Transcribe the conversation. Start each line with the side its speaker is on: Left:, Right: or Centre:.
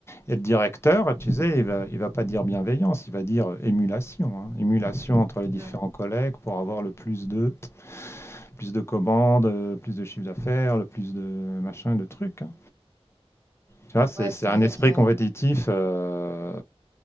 Left: et le directeur, tu sais, il va, il va pas dire bienveillance, il va dire euh, émulation. hein. Émulation entre les différents
Right: Mm.
Left: collègues pour avoir le plus de, plus de commandes, euh, plus de chiffre d'affaires, le plus de machin, de trucs. hein. Tu vois, c'est
Right: ouais,
Left: c'est
Right: c'est
Left: un
Right: vrai
Left: esprit
Right: que
Left: compétitif. euh,